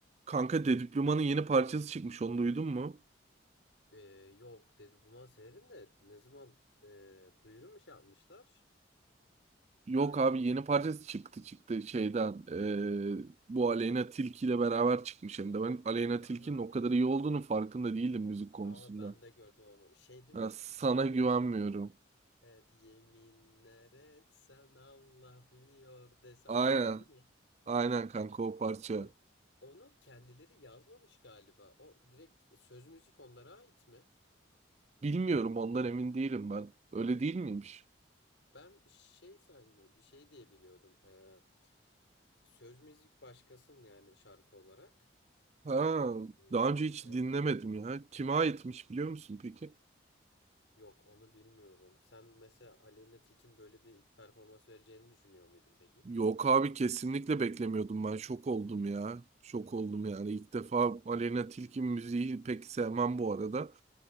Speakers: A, on the right (about 35°); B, on the left (about 70°).
A: Kanka Dediploman'ın yeni parçası çıkmış onu duydun mu?
B: Ee, yok Dedi Burman severim de ne zaman e, duyuru mu şey yapmışlar
A: Yok
B: sadece?
A: abi yeni parçası çıktı çıktı şeyden eee, bu Aleyna Tilki ile beraber çıkmış hem de ben Aleyna
B: Ha.
A: Tilki'nin o kadar iyi olduğunu farkında değildim müzik konusunda.
B: Aa ben de gördüm onu. Şey değil
A: Ha,
B: mi?
A: sana güvenmiyorum.
B: Evet yeminler etsen Allah biliyor desen
A: Aynen
B: o şarkı değil mi?
A: aynen kanka o parça.
B: O onu kendileri yazmamış galiba. O direkt söz müzik onlara ait mi?
A: Bilmiyorum ondan emin değilim ben. Öyle değil miymiş?
B: Ben şey zannedi şey diye biliyordum. Ee, söz müzik başkasının yani şarkı olarak.
A: Ha,
B: Ee,
A: daha önce hiç
B: evet.
A: dinlemedim ya. Kime aitmiş biliyor musun peki?
B: Yok onu bilmiyorum. Sen mesela Aleyna Tilki'nin böyle bir performans vereceğini düşünüyor muydun peki?
A: Yok abi kesinlikle beklemiyordum ben. Şok oldum ya. Şok oldum yani. İlk defa Aleyna Tilki müziği pek sevmem bu arada.